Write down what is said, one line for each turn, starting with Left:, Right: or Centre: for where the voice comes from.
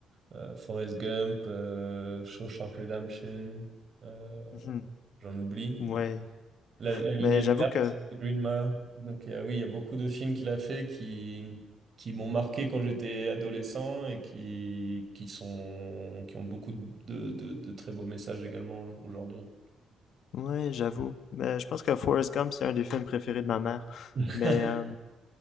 Right: euh, Forrest Gump, euh, Shawshank Redemption, euh,
Left: Mhm.
Right: j'en oublie.
Left: Ouais.
Right: La, la ligne
Left: Mais j'avoue
Right: verte,
Left: que,
Right: Green Mile. Donc euh, oui, il y a beaucoup de films qu'il a fait qui, qui m'ont marqué quand j'étais adolescent et qui, qui sont, qui ont beaucoup de, de- de très beaux messages également aujourd'hui.
Left: ouais, j'avoue. Mais je pense que Forrest Gump, c'est un des films préférés de ma mère.
Right: <laughs>
Left: Mais, euh,